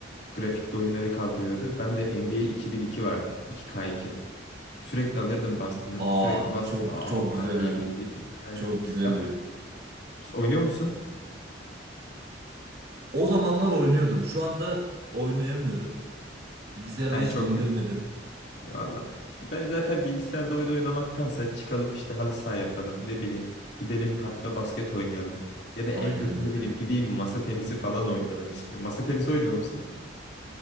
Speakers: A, on the left; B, on the right.
A: grafikli oyunları kaldırıyordu. Ben de NBA 2002 vardı. 2K2. Sürekli alırdım bastını.
B: Aa,
A: Sürekli bastı.
B: çok
A: Aa
B: çok
A: o kadar
B: güzel oyun.
A: iyiydi ki. Aynen.
B: Çok güzel
A: Ya f-
B: oyun.
A: oynuyor musun?
B: O zamanlar oynuyordum. Şu anda oynayamıyorum. Bilgisayarda
A: Yani
B: hiç
A: çok
B: indirmedim.
A: Valla. İşte ben zaten bilgisayarda oyun oynamaktansa çıkalım işte halı saha yapalım. Ne bileyim gidelim parkta basket oynayalım. Ya da en
B: Aynen
A: kötü
B: öyle.
A: ne bileyim gideyim masa tenisi falan oynayalım işte. Masa tenisi oynuyor musun?